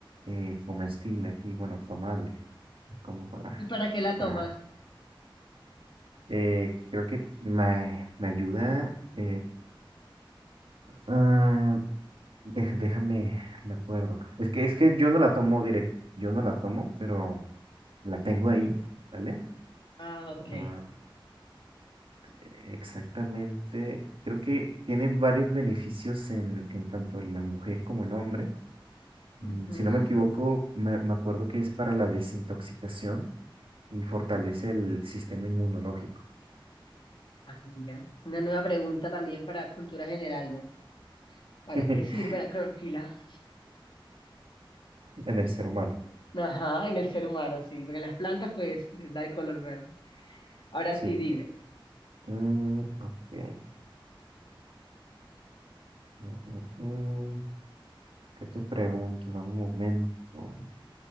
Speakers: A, on the right (about 80°); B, on the left (about 60°).
A: eh, comestible aquí, bueno, tomable, como para,
B: ¿Y para qué la
A: para,
B: tomas?
A: eh, creo que me, me ayuda eh, Ah, dej- déjame, me acuerdo. Es que, es que yo no la tomo directo, yo no la tomo, pero la tengo ahí, ¿vale?
B: Ah, ok.
A: Ah, exactamente. Creo que tiene varios beneficios en, en tanto la mujer como el hombre. Mm,
B: Ujú.
A: Si no me equivoco, me, me acuerdo que es para la desintoxicación y fortalece el sistema inmunológico
B: Ah, mira, una nueva pregunta también para cultura general, ¿no? ¿Para
A: <laughs>
B: qué sirve la clorofila?
A: en el ser humano.
B: Ajá, en el ser humano, sí, porque en las plantas pues les da el color verde. Ahora
A: Sí.
B: sí, dime,
A: Mm, ok. Mm, mm, mm. ¿Qué te pregunto? Dame un momento.